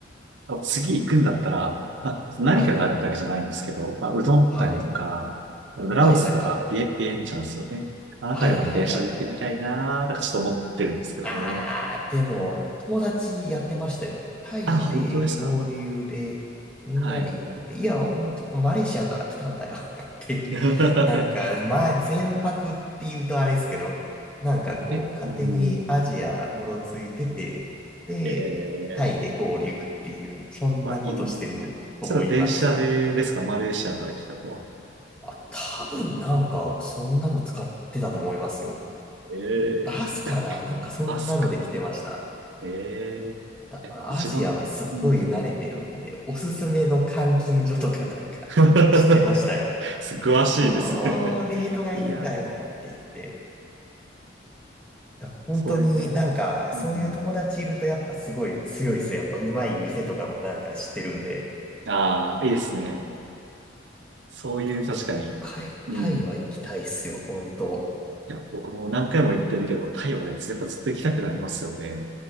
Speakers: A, on the right; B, in the centre.
A: もう次行くんだったら、まあ、何かがあるってわけじゃないんですけど、
B: はいはい。
A: まあ、うどん谷とか、
B: はい。
A: ラオスとか、
B: はいはいはい。
A: ビエ、ビエンチャンスをね、あの辺りまで電車で行ってみたいなー、
B: はいはいはいはい。
A: なんかちょっと思ってるんですけどね。
B: あー、でも、友達やってましたよ。タイで合流で、
A: あ、本当ですか
B: みんなで行くって、
A: はい。
B: いや、俺ちょっとマレーシアから来たんだよ <laughs> って、
A: <laughs>
B: なんか、まあ、全泊って言うとあれですけど、なんかこう、
A: え、
B: 勝手にアジアうろついてて、
A: うん、
B: で、
A: えー、
B: タイで合流っていう、そんなことしてる思いました。
A: まあいいな。それは電車でですかマレーシアから来た子は。
B: あ、多分なんか、そんなの使ってたと思いますよ。
A: えー、
B: バスかななんかそんなので来てました。
A: いや、バスか。えー、
B: だからアジアはすっごい慣れてるんで、
A: え、一番、うん。
B: おすすめの監禁所とかなんか
A: <laughs>
B: <laughs> 知ってましたよ。
A: す詳しいですね。
B: ここ、レートがいいんだよって言って。
A: いや、
B: だから本当になんかそういう友達いるとやっぱすごい強いですやっぱうまい店とかもなんか知ってるんで。
A: そういうね。うん。ああ、いいですね。そういう、
B: だからもう一回タイは行きたいっすよ、
A: 確かに。うん。
B: 本当。
A: いや、僕も何回も言ってるけど、タイはね、やっぱずっと行きたくなりますよね。